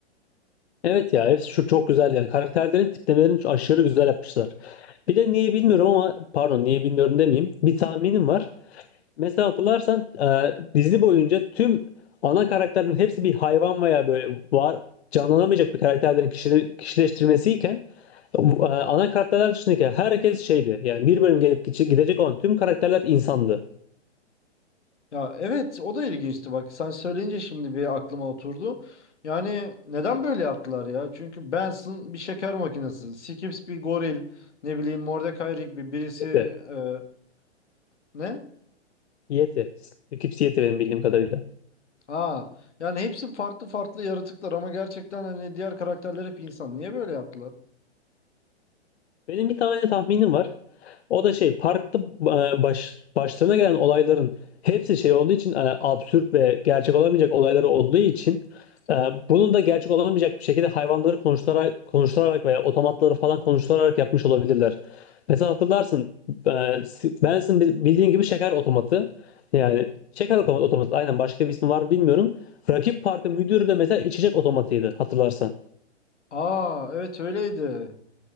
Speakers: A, on the left; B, on the left.
A: Evet ya hepsi şu çok güzel yani. Karakterlerin tiplemelerini aşırı güzel yapmışlar. Bir de niye bilmiyorum ama pardon niye bilmiyorum demeyeyim. Bir tahminim var. Mesela hatırlarsan e, dizi boyunca tüm ana karakterlerin hepsi bir hayvan veya böyle var canlanamayacak bir karakterlerin kişi, kişileştirmesiyken e, ana karakterler dışındaki herkes şeydi. Yani bir bölüm gelip gidecek olan tüm karakterler insandı.
B: Ya evet o da ilginçti bak sen söyleyince şimdi bir aklıma oturdu. Yani neden böyle yaptılar ya? Çünkü Benson bir şeker makinesi. Skips bir goril. Ne bileyim Mordecai Rigby bir birisi
A: Yeti.
B: e, ne?
A: Yeti. Skipsi Yeti benim bildiğim kadarıyla.
B: Aa yani hepsi farklı farklı yaratıklar ama gerçekten hani diğer karakterler hep insan. Niye böyle yaptılar?
A: Benim bir tane tahminim var. O da şey parkta e, baş, başlarına gelen olayların hepsi şey olduğu için e, absürt ve gerçek olamayacak olayları olduğu için e, bunun da gerçek olamayacak bir şekilde hayvanları konuşturarak, konuşturarak veya otomatları falan konuşturarak yapmış olabilirler. Mesela hatırlarsın e, si- Benson bi- bildiğin gibi şeker otomatı yani şeker otomatı, otomatı aynen başka bir ismi var mı bilmiyorum. Rakip parkın müdürü de mesela içecek otomatıydı hatırlarsan.
B: Aa evet öyleydi.